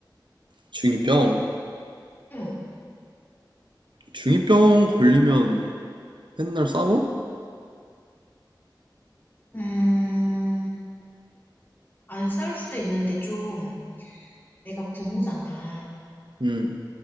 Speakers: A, on the right; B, on the left.
A: 중이병?
B: 응.
A: 중이병 걸리면 맨날 싸워?
B: 음, 안 싸울 수도 있는데 좀 내가 부모잖아.
A: 음,